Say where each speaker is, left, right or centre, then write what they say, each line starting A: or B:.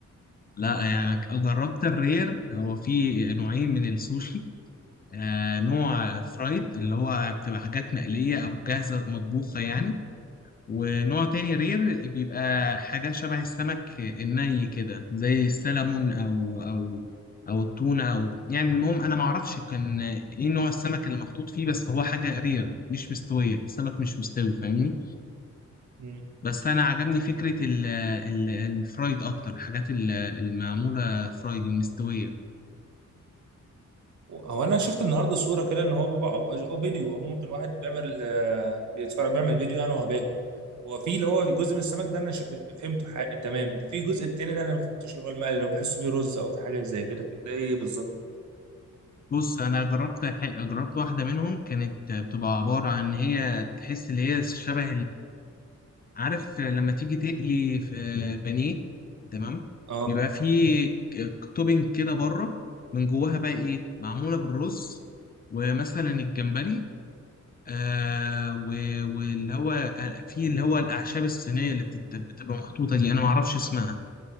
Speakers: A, on the left; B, on the right.
A: لا يعني ك- جربت الرير هو في نوعين من السوشي آه نوع فرايد اللي هو بتبقى حاجات مقليه او جاهزه مطبوخه يعني ونوع تاني رير بيبقى حاجات شبه السمك الني كده زي السلمون او او او التونه او يعني المهم انا ما اعرفش كان ايه نوع السمك اللي محطوط فيه بس هو حاجه رير مش مستويه السمك مش مستوي فاهمني
B: مم.
A: بس انا عجبني فكره ال ال الفرايد اكتر الحاجات ال- المعموله فرايد المستويه
B: هو انا شفت النهارده صوره كده ان هو بيبقى او فيديو هو ممكن واحد بيعمل آه، بيتفرج بيعمل فيديو انا وهو باكل هو في اللي هو جزء من السمك ده انا ش- فهمته حق... تمام في الجزء التاني ده انا ما فهمتوش اللي هو المقلي اللي هو بحسه فيه رز او في حاجه زي كده ده ايه بالظبط
A: بص انا جربت ح- جربت واحده منهم كانت بتبقى عباره عن هي تحس اللي هي شبه عارف لما تيجي تقلي في بانيه تمام
B: اه
A: بيبقى فيه توبينج كده بره من جواها بقى ايه معموله بالرز ومثلا الجمبري آه و- واللي هو في اللي هو الاعشاب الصينيه اللي بتت- بتبقى محطوطه دي انا ما اعرفش اسمها